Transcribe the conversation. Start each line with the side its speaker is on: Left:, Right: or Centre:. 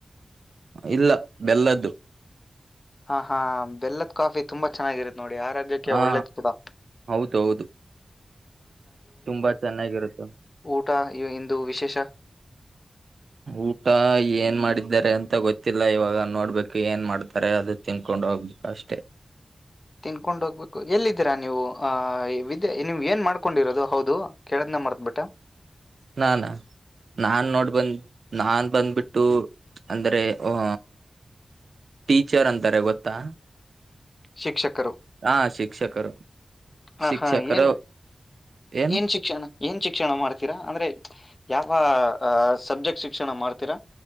Right: ಇಲ್ಲ ಬೆಲ್ಲದ್ದು
Left: ಹ ಹಾ ಬೆಲ್ಲದ ಕಾಫಿ ತುಂಬಾ ಚೆನ್ನಾಗಿರುತ್ತೆ ನೋಡಿ ಆ ರಾಜ್ಯಕ್ಕೆ
Right: ಹಾ
Left: ಒಳ್ಳೇದ ಕಡಾ
Right: ಹೌದು ಹೌದು ತುಂಬಾ ಚೆನ್ನಾಗಿರುತ್ತೆ
Left: ಊಟ ಇ- ಇಂದು ವಿಶೇಷ
Right: ಊಟ ಏನ್ ಮಾಡಿದ್ದಾರೆ ಅಂತ ಅಂತ ಗೊತ್ತಿಲ್ಲ ಇವಾಗ ನೋಡ್ಬೇಕು ಏನ್ ಮಾಡ್ತಾರೆ ಅದು ತಿನ್ಕೊಂಡ್ ಹೋಗ್ಬೇಕು ಅಷ್ಟೆ
Left: ತಿನ್ಕೊಂಡ ಹೋಗ್ಬೇಕು ಎಲ್ಲಿದ್ದೀರಾ ನೀವು ವಿದ್ಯ ನೀವು್ ಏನ್ ಮಾಡ್ಕೊಂಡಿರೋದು ಹೌದು ಕೇಳದ್ನ ಮಾಡತ್ಬಿಟ್ಟ
Right: ನಾನಾ ನಾ ನೋಡ್ ಬಂದ್ ನಾನ್ ಬಂದ್ಬಿಟ್ಟು ಅಂದ್ರೆ ಅ ಟೀಚರ್ ಅಂತಾರೆ ಗೊತ್ತಾ
Left: ಶಿಕ್ಷಕರು
Right: ಹಾ ಶಿಕ್ಷಕರು
Left: ಹ
Right: ಶಿಕ್ಷಕರು
Left: ಹಾ ಏನ್
Right: ಏನು
Left: ಏನ್ ಶಿಕ್ಷಣ ಏನ್ ಶಿಕ್ಷಣ ಮಾಡ್ತೀರಾ ಅಂದ್ರೆ ಯಾವ ಆ ಸಬ್ಜೆಕ್ಟ್ ಶಿಕ್ಷಣ ಮಾಡ್ತೀರಾ